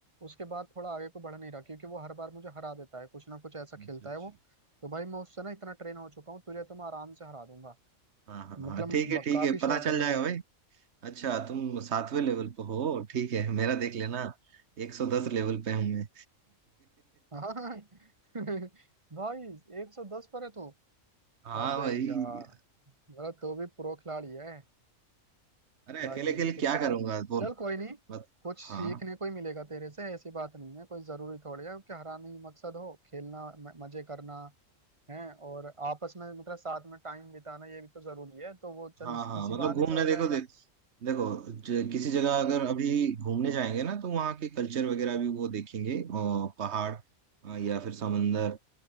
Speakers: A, on the right (about 25°); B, on the right (about 55°).
A: उसके बाद थोड़ा आगे को बढ़ नहीं रहा क्योंकि वो हर बार मुझे हरा देता है कुछ ना कुछ ऐसा खेलता
B: अच्छा अच्छा
A: है वो तो भाई मैं उससे ना इतना ट्रेन हो चुका हूँ तुझे तो मैं आराम से हरा दूंगा
B: हाँ हाँ हाँ
A: मतलब
B: ठीक है
A: ब-
B: ठीक
A: काफी
B: है
A: शौक
B: पता चल
A: है मुझे
B: जाएगा भाई अच्छा तुम सातवें लेवल पे हो ठीक है मेरा देख लेना एक सौ दस लेवल पे हूँ मैं
A: हाँ <laughs> भाई एक सौ दस पर है तू
B: <laughs> हाँ
A: अबे
B: भाई
A: यार मतलब तो भी प्रो खिलाड़ी है
B: अरे
A: भाई
B: अकेले अकेले
A: फिर
B: क्या
A: तो
B: करूंगा
A: यार
B: बोल
A: चल कोई नहीं
B: बस
A: कुछ सीखने
B: हाँ
A: को ही मिलेगा तेरे से ऐसी बात नहीं है कोई जरूरी थोड़ी है कि हराना ही मकसद हो खेलना म- मजे करना है और आपस में मतलब साथ में टाइम बिताना ये भी तो जरूरी है तो वो चल
B: हाँ
A: इस,
B: हाँ
A: इसी
B: मतलब
A: बहाने
B: घूमने
A: से हो
B: देखो
A: जाएगा
B: देख देखो ज- किसी जगह अगर अभी घूमने जाएंगे ना तो वहाँ के कल्चर वगैरह भी वो देखेंगे और पहाड़ अ, या फिर समंदर